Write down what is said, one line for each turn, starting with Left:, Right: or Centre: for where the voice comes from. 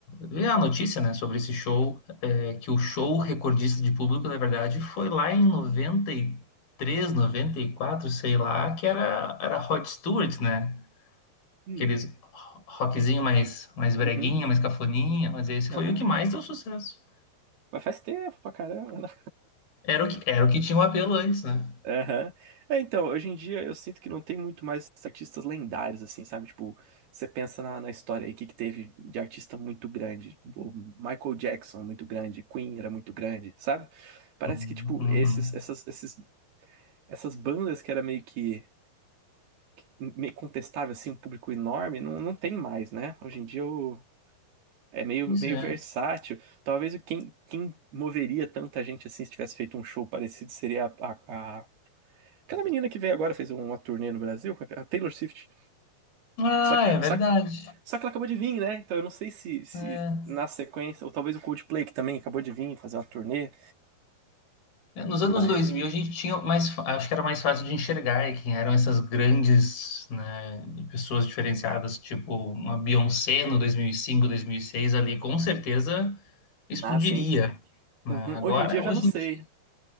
Left: vi a notícia, né, sobre esse show, é, que o show recordista de público, na verdade, foi lá em noventa noventa e três noventa e quatro sei lá, que era, era Rod Stewart, né?
Right: Hum.
Left: Aqueles rockzinho mais, mais breguinha,
Right: Uhum.
Left: mais cafoninha, mas esse
Right: Aham.
Left: foi o que mais deu sucesso.
Right: Mas faz tempo pra caramba, né?
Left: Era o que, era o que tinha o apelo antes, né?
Right: <laughs> Aham. É, então, hoje em dia eu sinto que não tem muito mais artistas lendários, assim, sabe? Tipo, você pensa na, na história aí, o que, que teve de artista muito grande? O Michael Jackson, muito grande. Queen era muito grande, sabe? Parece
Left: Uhum.
Right: que, tipo,
Left: uhum.
Right: esses, essas, esses, essas bandas que era meio que meio contestável, assim, um público enorme, não, não tem mais, né? Hoje em dia eu, é meio,
Left: Pois
Right: meio
Left: é.
Right: versátil. Talvez o- quem, quem moveria tanta gente assim se tivesse feito um show parecido seria a, a- a- aquela menina que veio agora, fez um, uma turnê no Brasil, a Taylor Swift.
Left: Ah,
Right: Só que, é,
Left: é verdade.
Right: só, que- só que ela acabou de vir, né? Então eu não sei se, se
Left: É.
Right: na sequência, ou talvez o Coldplay, que também acabou de vir fazer uma turnê,
Left: Nos
Right: mas.
Left: anos 2000 a gente tinha mais, fa- acho que era mais fácil de enxergar quem eram essas grandes, né, pessoas diferenciadas, tipo uma Beyoncé no dois dois mil mil e cinco, dois mil e seis, ali, com certeza explodiria,
Right: Ah, sim.
Left: né?
Right: Uhum.
Left: Agora,
Right: Hoje em dia eu
Left: hoje
Right: já não sei.
Left: em dia,